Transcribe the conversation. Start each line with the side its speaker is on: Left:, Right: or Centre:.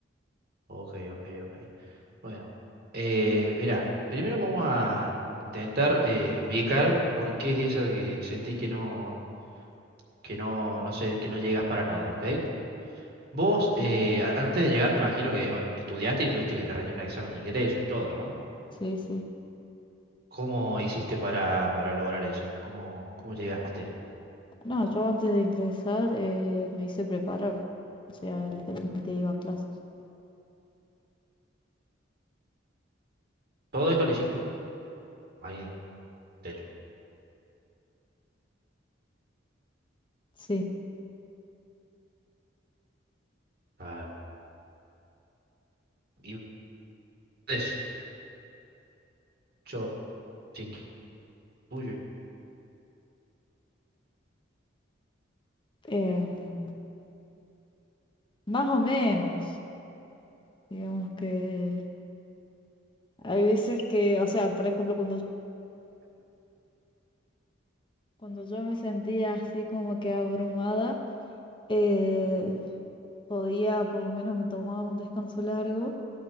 Right: ok, ok, ok. Bueno, eh, mira, primero vamos a intentar eh, ubicar por qué es eso que sentís que no, que no, no sé, que no llegas para nada, ¿ok? Vos,
Left: ujú.
Right: eh, antes de llegar, me imagino que, bueno, estudiaste y tuviste que rendir un examen de ingreso y todo, ¿no?
Left: sí. sí.
Right: ¿Cómo hiciste para, para lograr eso? ¿Cómo, cómo llegaste?
Left: No, yo antes de ingresar eh, me hice preparar. O sea, literalmente iba a clases.
Right: Todo esto lo hiciste. ¿Alguien te
Left: Sí.
Right: ayudó? y eso, yo sin tuyo.
Left: Em, más o menos. Digamos que hay veces que, o sea, por ejemplo, cuando, cuando yo me sentía así como que abrumada. eh, podía, por lo menos me tomaba un descanso largo